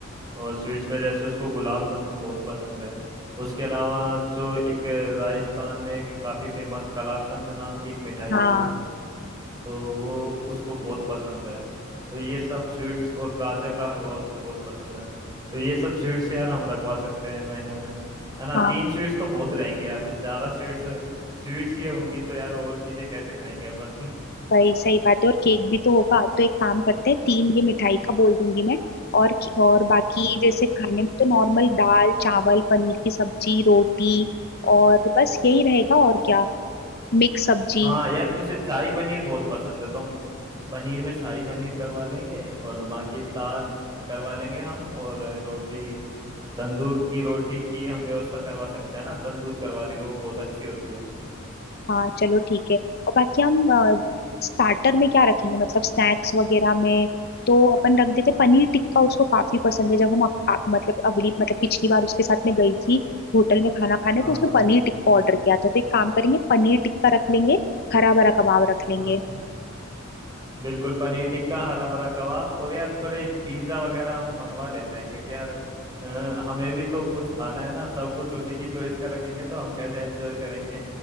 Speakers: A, on the right (about 20°); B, on the left (about 50°).
A: और स्वीट्स में जैसे उसको गुलाब जामुन बहुत पसंद है उसके अलावा जो एक राजस्थान में एक काफ़ी फेमस कलाकंद नाम की एक मिठाई
B: हाँ
A: है ना तो वो उसको बहुत पसंद है तो ये सब स्वीट्स और गाजर का हलवा उसे बहुत पसंद है तो ये सब स्वीट्स यार हम रखवा सकते हैं मेन्यू में है ना
B: हाँ
A: तीन स्वीट्स तो बहुत रहेंगी यार फिर ज़्यादा स्वीट्स स्वीट्स ये होंगी तो यार और चीज़ें कैसे खाएंगे अपन
B: वही सही बात है और केक भी तो होगा तो एक काम करते हैं तीन ये मिठाई का बोल दूंगी मैं और और बाकी
A: हाँ
B: जैसे खाने में तो नॉर्मल दाल चावल पनीर की सब्जी रोटी और बस यही रहेगा और क्या मिक्स सब्जी
A: हाँ यार उसे शाही पनीर बहुत पसंद है तो हम पनीर में शाही पनीर करवा लेंगे और बाकी दाल करवा लेंगे हम और अ, रोटी तंदूर की रोटी की हम व्यवस्था करवा सकते हैं ना तंदूर करवा लेंगे वो बहुत अच्छी होती है
B: हाँ चलो ठीक है और बाकी हम स्टार्टर में क्या रखेंगे मतलब स्नैक्स वगैरह में तो अपन रख देते पनीर टिक्का उसको काफी पसंद है जब हम अ- अ- मतलब अगली मतलब पिछली बार उसके साथ में गई थी होटल में खाना खाने
A: हाँ
B: तो उसने पनीर टिक्का ऑर्डर किया था तो एक काम करेंगे पनीर टिक्का रख लेंगे हरा भरा कबाब रख लेंगे
A: हाँ बिल्कुल पनीर टिक्का हरा भरा कबाब और यार थोड़े पिज्ज़ा वगैरह हम मंगवा लेते हैं क्योंकि यार अ, हमें भी तो कुछ खाना है ना सब कुछ उसी की चॉइस का रखेंगे तो हम कैसे एंजॉय करेंगे